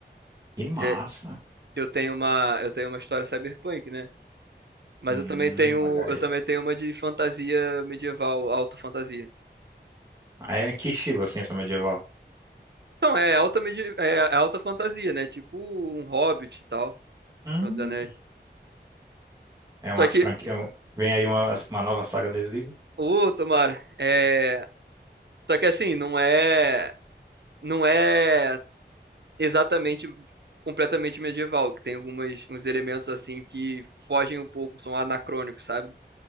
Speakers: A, on the right (about 20°); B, on the right (about 70°).
A: Que massa!
B: Porque eu tenho uma, eu tenho uma história Cyberpunk, né? Mas
A: Hum,
B: eu também tenho,
A: olha aí.
B: eu também tenho uma de fantasia medieval, alta fantasia.
A: Ah, É que estilo, assim, essa medieval?
B: Então, é alta, medi é é alta fantasia, né? Tipo um Hobbit e tal.
A: Hum,
B: Senhor dos Anéis.
A: é uma
B: Só
A: franquia.
B: que,
A: um- Vem aí uma, uma nova saga dele <laughs> livro?
B: ô, tomara, é... Só que assim, não é. não é exatamente completamente medieval, que tem algumas uns elementos assim que fogem um pouco, são anacrônicos, sabe?